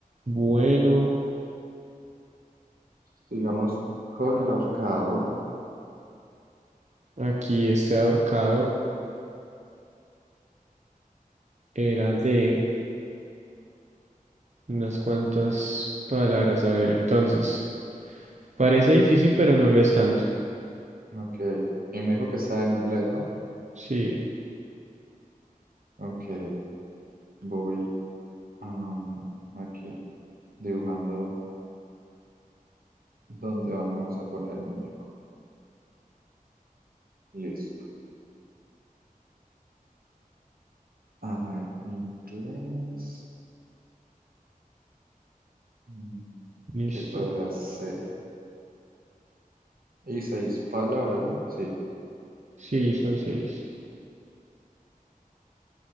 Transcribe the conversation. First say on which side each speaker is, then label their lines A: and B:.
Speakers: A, on the right; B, on the right.
A: Bueno,
B: Sigamos con el ahorcado.
A: aquí este ahorcado era de unas cuantas palabras. A ver, entonces. Parece difícil, pero no lo es tanto.
B: Ok. Y me dijo que está en inglés, ¿no?
A: Sí,
B: Ok. Voy am, aquí dibujando dónde vamos a poner el muñeco. Listo. A ver, inglés. Mm,
A: listo.
B: ¿Qué podrá ser? Y seis palabras, ¿no? Sí.
A: Sí, son seis.